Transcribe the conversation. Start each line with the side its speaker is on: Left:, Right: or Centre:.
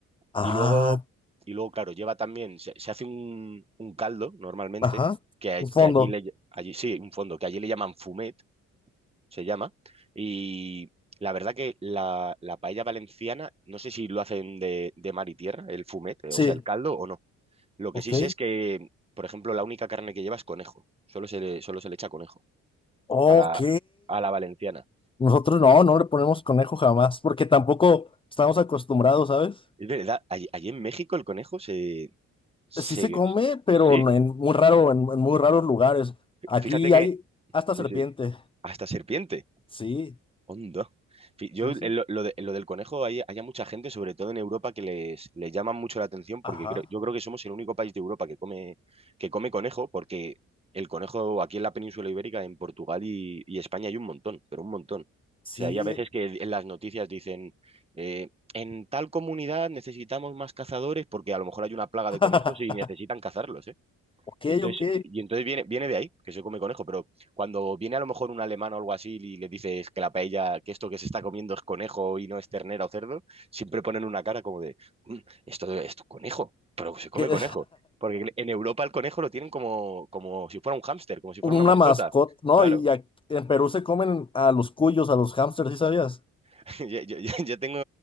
Left: Ah,
Right: Y luego, y luego, claro, lleva también, se, se hace un, un caldo normalmente,
Left: ajá.
Right: que, a-
Left: Un
Right: que
Left: fondo.
Right: allí le, allí, sí, un fondo, que allí le llaman fumet, se llama. Y la verdad que la, la paella valenciana, no sé si lo hacen de, de mar y tierra, el fumet, eh,
Left: Sí,
Right: o sea, el caldo o no. Lo que
Left: ok.
Right: sí sé es que, por ejemplo, la única carne que lleva es conejo. Solo se le, solo se le echa conejo
Left: Ok.
Right: a la, a la valenciana.
Left: Nosotros no, no le ponemos conejo jamás, porque tampoco estamos acostumbrados, ¿sabes?
Right: Es verdad, allí, allí en México el conejo se, se...
Left: Sí se come, pero
Right: Sí,
Left: no en muy raro, en, en muy raros lugares. Aquí
Right: fíjate que...
Left: hay hasta
Right: Sí,
Left: serpiente.
Right: sí, hasta serpiente.
Left: Sí,
Right: Hondo. Fi-
Left: sí,
Right: Yo, en
Left: sí.
Right: lo, lo de- lo del conejo, hay, hay a mucha gente, sobre todo en Europa, que les, les llama mucho la atención porque
Left: Ajá.
Right: creo, yo creo que somos el único país de Europa que come, que come conejo, porque el conejo aquí en la península ibérica, en Portugal y, y España, hay un montón, pero un montón. O
Left: Sí.
Right: sea, hay a veces
Left: eh.
Right: que en las noticias dicen, eh, en tal comunidad necesitamos más cazadores porque a lo mejor hay una plaga
Left: <laughs>
Right: de conejos y necesitan cazarlos, ¿eh?
Left: Ok,
Right: Y entonces,
Left: ok.
Right: y entonces viene, viene de ahí, que se come conejo, pero cuando viene a lo mejor un alemán o algo así y le dices que la paella, que esto que se está comiendo es conejo y no es ternera o cerdo, siempre ponen una cara como de, "Mm, esto es conejo, pero se come
Left: ¿Qué?
Right: conejo.
Left: <laughs>
Right: Porque en Europa el conejo lo tienen como, como si fuera un hámster, como si fuera
Left: Una
Right: una mascota.
Left: mascota, ¿no?
Right: Claro,
Left: Y a- en Perú se comen a los cuyos, a los hámsters, ¿sí sabías?
Right: <laughs> yo, yo- yo- yo tengo,